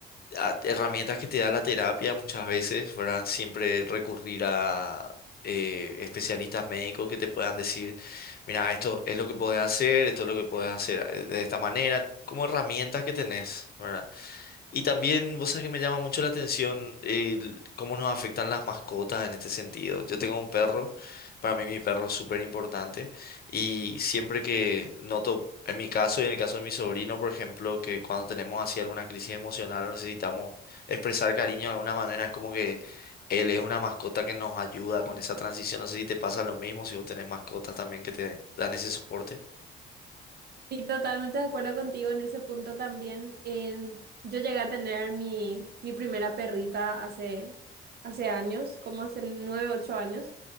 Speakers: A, on the left; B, on the right.
A: a- herramientas que te da la terapia muchas veces, ¿verdad? Siempre recurrir a eh, especialistas médicos que te puedan decir, mira, esto es lo que puedes hacer, esto es lo que puedes hacer eh, de esta manera, como herramientas que tenés, ¿verdad? Y también, vos sabés que me llama mucho la atención el cómo nos afectan las mascotas en este sentido. Yo tengo un perro, para mí mi perro es súper importante y siempre que noto, en mi caso y en el caso de mi sobrino, por ejemplo, que cuando tenemos así alguna crisis emocional o necesitamos expresar cariño de alguna manera, es como que él es una mascota que nos ayuda con esa transición. No sé si te pasa lo mismo, si vos tenés mascotas también que te dan ese soporte.
B: Sí, totalmente de acuerdo contigo en ese punto también. En- yo llegué a tener mi, mi primera perrita hace, hace años, como hace nueve, ocho años,